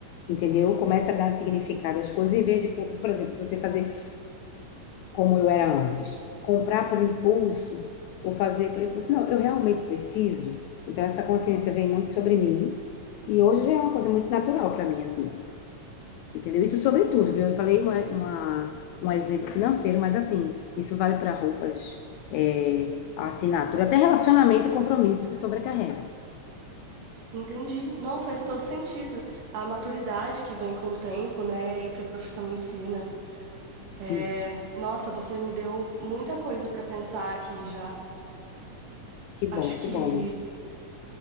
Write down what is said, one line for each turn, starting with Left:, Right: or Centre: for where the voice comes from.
Left: entendeu? Começa a dar significado às coisas em vez de, co- por exemplo, você fazer como eu era antes, comprar por impulso ou fazer por impulso. Não, eu realmente preciso. Então essa consciência vem muito sobre mim e hoje já é uma coisa muito natural para mim assim. Entendeu? Isso sobre tudo, viu? Eu falei uma, uma- um exemplo financeiro, mas assim, isso vale para roupas, é, assinatura, até relacionamento e compromisso que sobrecarrega.
Right: Entendi. Não, faz todo sentido. A maturidade que vem com o tempo, né? E o que a profissão ensina. É,
Left: Isso.
Right: nossa, você me deu muita coisa para pensar aqui já.
Left: Que
Right: Acho
Left: bom,
Right: que.
Left: que bom.